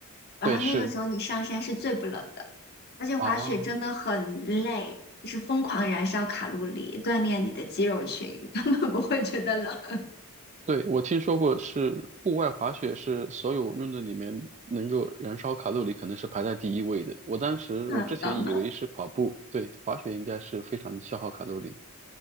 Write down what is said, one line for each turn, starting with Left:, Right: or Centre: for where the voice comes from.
Left: 然后那个时候你上山是最不冷的，
Right: 对，是
Left: 而且滑雪真的很累，
Right: 啊，
Left: 就是疯狂燃烧卡路里，锻炼你的肌肉群，<laughs> 根本不会觉得冷，
Right: 对，我听说过是户外滑雪是所有运动里面能够燃烧卡路里可能是排在第一位的。我当时我之前以为是跑步，
Left: 看不到吗？
Right: 对，滑雪应该是非常消耗卡路里。